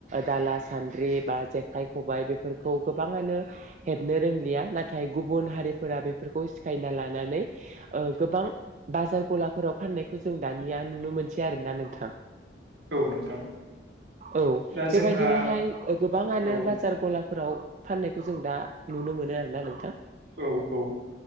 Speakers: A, on the right (about 40°); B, on the right (about 70°).
A: दाला सान्द्रि बा जेखाइ खबायाइ बेफोरखौ गोबाङानो हेबनो रोंलिया नाथाय गुबुन हारिफोरा बेफोरखौ सिखायना लानानै ओ गोबां बाजार गलाफोराव फाननायखौ जों दानिया नुनो मोनसै आरोना नोंथां।
B: औ नोंथां
A: औ
B: दा जोंहा
A: बेबायदिनोहाय गोबाङानो
B: ओ
A: बाजार गला फोराव फाननायखौ जों दा नुनो मोनो आरोना नोंथां।
B: औ औ